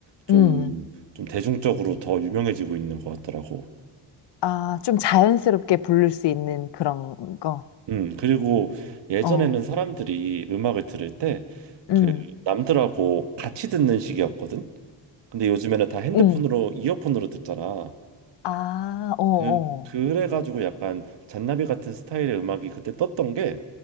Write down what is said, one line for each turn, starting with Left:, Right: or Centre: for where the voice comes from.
Right: 좀
Left: 음.
Right: 좀 대중적으로 더 유명해지고 있는 것 같더라고.
Left: 아, 좀 자연스럽게 부를 수 있는 그런 거.
Right: 음, 그리고 예전에는
Left: 어,
Right: 사람들이 음악을 들을 때
Left: 음,
Right: 그 남들하고 같이 듣는 식이었거든. 근데 요즘에는 다 핸드폰으로
Left: 음.
Right: 이어폰으로 듣잖아.
Left: 아, 어, 어,
Right: 그 그래가지고 약간 잔나비 같은 스타일의 음악이 그때 떴던 게